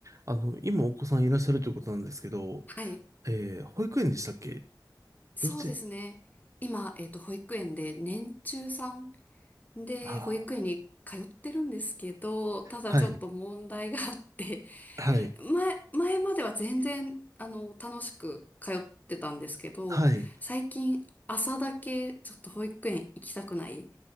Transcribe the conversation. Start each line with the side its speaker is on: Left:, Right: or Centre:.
Right: あの、今お子さんいらっしゃるということなんですけど、
Left: はい。
Right: えー、保育園でしたっけ幼稚園
Left: そうですね。今、えっと、保育園で年中さんで保育園に通ってるんですけど、
Right: ああ
Left: ただちょっと問題があって、
Right: はい、はい、
Left: <laughs> 前、前までは全然、あの、楽しく通ってたんですけど、
Right: はい、
Left: 最近朝だけちょっと保育園行きたくない。